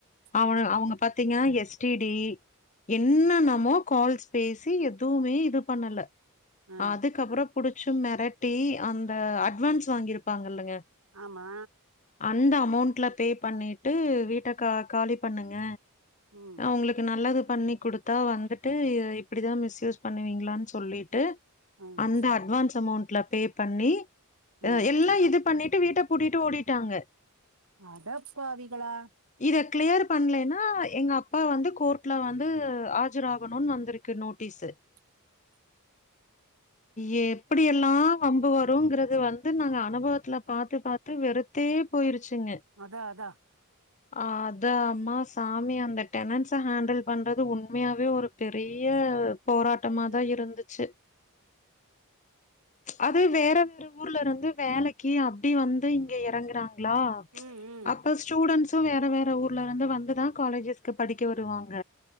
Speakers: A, on the left; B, on the right.
A: அவுனுங்க
B: ம்
A: அவங்க பாத்தீங்க எஸ்டிடி என்னன்னமோ கால்ஸ் பேசி எதுமே இது பண்ல
B: ஆ
A: அதுக்கப்பற புடிச்சு மிரட்டி அந்த அட்வான்ஸ் வாங்கி இருப்பாங்க இல்லங்க
B: ஆமா
A: அந்த அமௌண்ட்ல பே பண்ணிட்டு வீட்ட கா காலி பண்ணுங்க
B: ம்
A: அவங்களுக்கு நல்லது பண்ணி குடுத்து தா வந்துட்டு இ இப்டிதா மிஸ்யூஸ் பண்ணுவீங்களான்னு சொல்லிட்டு
B: ம்
A: அந்த அட்வான்ஸ் அமௌண்ட்ல பே பண்ணி அ
B: ம்
A: எல்லா இது பண்ணிட்டு வீட்ட பூட்டிட்டு ஓடிட்டாங்க
B: அடப்பாவிகளா
A: இத கிளியர் பண்ணலன்னா எங்க அப்பா வந்து கோர்ட்ல வந்து ஆஜராகன்னு வந்திருக்கு து நோட்டீஸ்
B: <inaudible>
A: ஏ எப்டி எல்லா அம்பு வருங்கறது வந்து நாங்க அனுபவத்துல்ல பாத்து பாத்து வெறுத்தே போயிருச்சுங்க
B: அதா அதா
A: அதா அம்மா சாமி அந்த டெனன்ஸ ஹேண்டில் பண்றது உண்மையாவே ஒரு பெரிய போராட்டமாதா
B: ம்
A: இருந்துச்சு அது வேற வேற ஒரு ஊர்ல இருந்து வேலைக்கு அப்டி வந்து இங்க இறங்குறாங்க ங்ளா அப்
B: ம் ம்
A: இப்ப ஸ்டூடண்ட்ஸு வேற வேற ஊர்ல இருந்து வந்துதா காலேஜஸ்கு படிக்க வருவாங்க